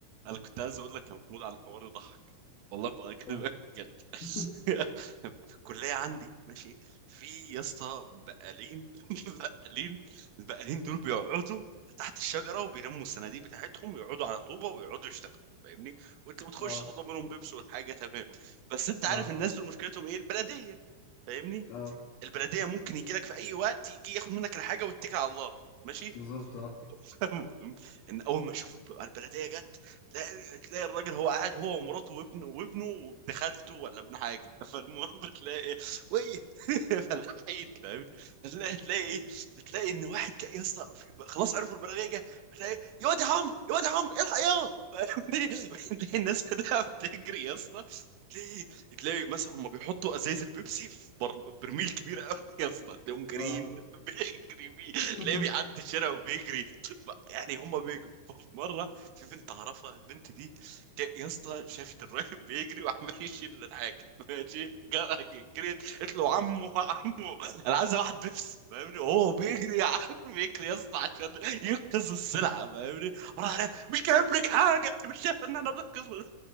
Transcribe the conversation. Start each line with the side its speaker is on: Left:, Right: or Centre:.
Right: انا كنت عايز اقول لك يا محمود على حوار يضحك والله بكلمك
Left: قول
Right: بجد <laughs>
Left: <laughs>
Right: في الكليه عندي ماشي في يا اسطى بقالين <laughs> بقالين البقالين دول بيقعدوا تحت الشجره وبيلموا الصناديق بتاعتهم ويقعدوا على طوبه ويقعدوا يشتغلوا فاهمني وانت بتخش
Left: اه
Right: تطلب منهم بيبسي والحاجه تمام بس انت عارف
Left: اه
Right: الناس دول مشكلتهم ايه البلديه فاهمني
Left: اه
Right: البلديه ممكن يجي لك في اي وقت يجي ياخد منك الحاجه ويتكل على الله ماشي
Left: بالظبط اه
Right: <laughs> ان اول ما يشوفوا الب- البلديه جت تلاقي تلاقي الراجل هو قاعد هو ومراته وابنه وابنه وابن خالته ولا ابن حاجه <laughs> فالمهم بتلاقي إيه؟ وي <laughs> فالحيد فاهم تلاقي تلاقي إيه؟ تلاقي ان واحد جاي يا اسطى في- خلاص عرفوا البلديه جايه تلاقي يا واد يا عمرو يا واد يا عمرو الحق يا فاهمني <laughs> تلاقي الناس كلها بتجري يا اسطى تلاقي إيه؟ تلاقي مثلا هم بيحطوا ازايز البيبسي في بر... برميل كبير قوي يا اسطى تلاقيهم جاريين
Left: اه
Right: <laughs> بيجري بيه
Left: <laughs>
Right: تلاقيه بيعدي شارع وبيجري يعني هما بيجروا في مره في بنت اعرفها البنت دي ك- يا اسطى شافت الراجل بيجري وعمال يشيل الحاجه ماشي جا- جريت قلت له عمو عمو انا عايز واحد بيبسي فاهمني وهو بيجري يا عم بيجري يا اسطى عشان ينقذ السلعه فاهمني راح أنا مش جايب لك حاجه انت مش شايف ان انا بنقذ